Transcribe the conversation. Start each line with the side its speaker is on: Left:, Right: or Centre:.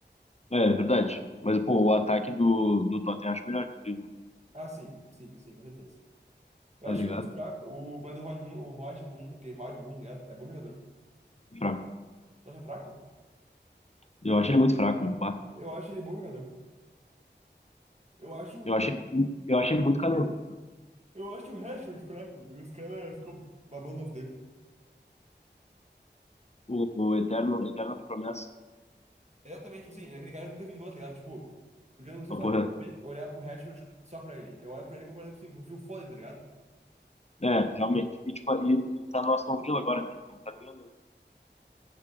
Left: é, é verdade. Mas, pô, o ataque do, do Tottenham eu acho melhor que o do United,
Right: Ah, sim, sim, sim, com certeza. Eu
Left: tá
Right: acho
Left: ligado?
Right: muito fraco, o, mas o Rod Lund, o Rod Lund, aquele Rod Lund, ligado? É bom jogador.
Left: Fraco.
Right: Tu acha fraco?
Left: Eu acho ele muito fraco, meu. pá.
Right: Eu acho ele bom jogador. Eu acho,
Left: Eu acho ele, eu acho ele muito caneludo, meu.
Right: eu acho o Rashford fraco. Os caras ficam babando ovo dele.
Left: O, o eterno, eterna promessa.
Right: Exatamente, tipo assim, é aquele cara nunca vingou, tá ligado? Tipo, porque eu não consigo
Left: Uma
Right: falar
Left: porra.
Right: de de olhar pro Rashford só pra ele. Eu olho pra ele comparando tipo, assim, com o Phil tá ligado?
Left: É, realmente. E, tipo, e ele, ele tá no Aston Villa agora, né? Não tá nem